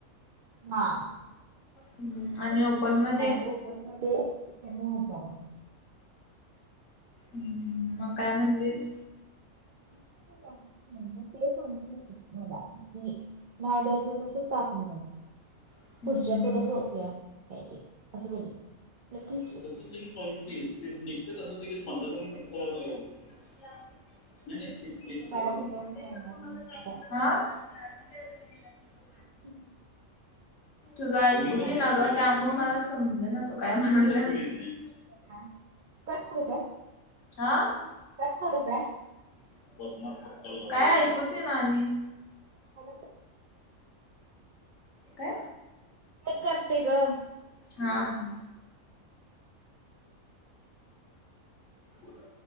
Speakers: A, on the right (about 75°); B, on the left (about 65°).
A: हा.
B: <unintelligible> आणि मध्ये
A: आणि ओपन मध्ये ते नऊ हजार हाय.
B: हम्म मग काय म्हणलीस?
A: ठीक हाय मग मी ते सांगितलं मला की नाव द्यायचं तसचं टाकं म्हणून
B: हम्म
A: पुढच्या
B: हम्म
A: पुढं बघूया काय ते असं बोलले मग ती
B: तसचं देखील पॉलिसी हाय पण ते निघते तसचं देखील <unintelligible> नाही नाही ते ते
A: तसं
B: ते
A: मला कुठं मिळणार
B: जसं
A: नाही
B: माझ टायमिंगचं
A: मला असं
B: <unintelligible> हाय हां <unintelligible>
A: हम्म.
B: तुझं ऐकूचं येई नाय गं त्यामुळे मला समजेना तू काय म्हणालासं
A: हां कट करू काय?
B: हां.
A: कट करू काय
B: <unintelligible> काय ऐकूच येईना आणि
A: कट
B: काय?
A: मी करते गं.
B: हां. बोला.